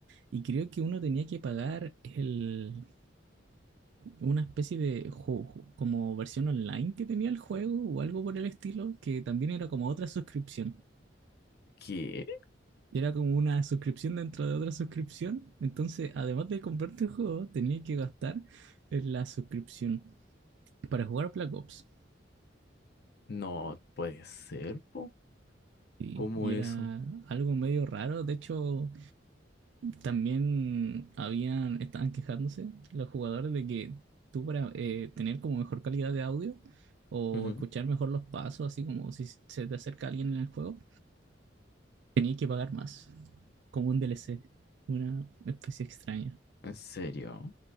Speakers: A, on the right; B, on the left.
A: y creo que uno tenía que pagar el, una especie de juego, como versión online que tenía el juego o algo por el estilo, que también era como otra suscripción.
B: ¿Qué?
A: Era como una suscripción dentro de otra suscripción. Entonces, además de comprarte el juego, tenía que gastar en la suscripción para jugar Black Ops.
B: No puede ser, po.
A: Sí,
B: ¿Cómo
A: y
B: eso?
A: era algo medio raro. De hecho, también habían, estaban quejándose los jugadores de que tú para eh, tener como mejor calidad de audio o
B: Ujú,
A: escuchar mejor los pasos, así como si se te acerca alguien en el juego, tenías que pagar más, como un DLC, una especie extraña.
B: ¿En serio?